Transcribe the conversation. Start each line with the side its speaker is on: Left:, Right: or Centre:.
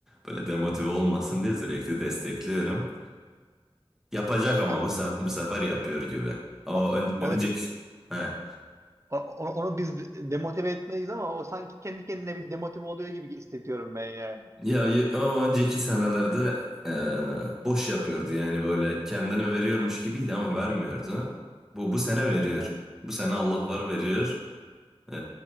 Centre: Böyle demotive olmasın diye sürekli destekliyorum. Yapacak ama
Right: Yani
Centre: bu sefer, bu sefer yapıyor gibi. O
Right: o-
Centre: ön-
Right: onu,
Centre: önceki... He.
Right: o- onu biz de- demotive etmeliyiz ama o sanki kendi kendine bir demotive oluyor gibi hissediyorum ben yani.
Centre: Ya y- o önceki senelerde e, boş yapıyordu yani böyle kendini veriyormuş gibiydi ama vermiyordu. Bu bu sene veriyor.
Right: Evet evet.
Centre: Bu sene Allah var veriyor. E,